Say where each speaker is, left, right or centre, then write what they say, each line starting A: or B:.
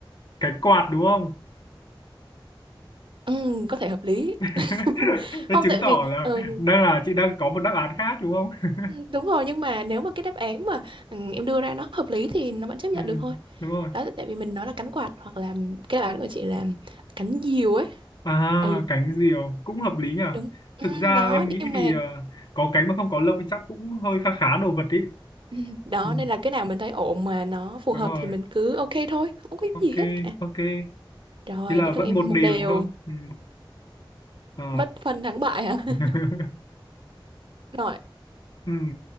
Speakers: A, on the left; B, on the right.
A: cái quạt đúng không
B: Ừm, có thể hợp lý.
A: <laughs>
B: <laughs>
A: thế
B: Không,
A: chứng
B: tại
A: tỏ
B: vì
A: là
B: ừ,
A: đang là chị đang có một đáp án khác đúng không <laughs>
B: đúng rồi nhưng mà nếu mà cái đáp án mà ừm, em đưa ra nó hợp lý thì nó vẫn chấp nhận
A: ừ,
B: được thôi.
A: đúng rồi
B: đó tại vì mình nói là cánh quạt hoặc là cái bản của chị là cánh diều ấy
A: À,
B: ừ
A: cánh diều cũng hợp lý nhỉ.
B: đúng ừ,
A: Thực ra
B: đó
A: em nghĩ
B: nhưng
A: thì
B: mà
A: ờ, có cánh mà không có lông thì chắc cũng hơi khá khá đồ vật ý.
B: <laughs> ừ, đó
A: Ừ,
B: nên là cái nào mình thấy ổn mà nó phù
A: đúng
B: hợp
A: rồi.
B: thì mình cứ ok thôi không có
A: Ok,
B: gì hết cả
A: ok.
B: rồi
A: Thế là
B: đến lượt
A: vẫn
B: em
A: một
B: một
A: điều
B: đều
A: đúng không? Ừ. Ờ.
B: bất phân thắng bại hả
A: <laughs>
B: <laughs> rồi
A: ừ.